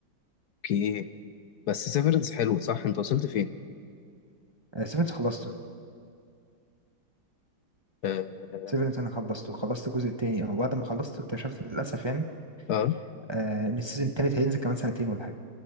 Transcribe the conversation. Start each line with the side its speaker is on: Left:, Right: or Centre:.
Left: اوكي بس سيفرنس حلو صح انت وصلت فين
Right: سيفنس خلصته
Left: اه
Right: سيفنس انا خلصته خلصت الجزء التاني او بعد ما خلصته اكتشفت للاسف يعني
Left: اه
Right: آه، ان السيزون التالت هينزل كمان سنتين ولا حاجه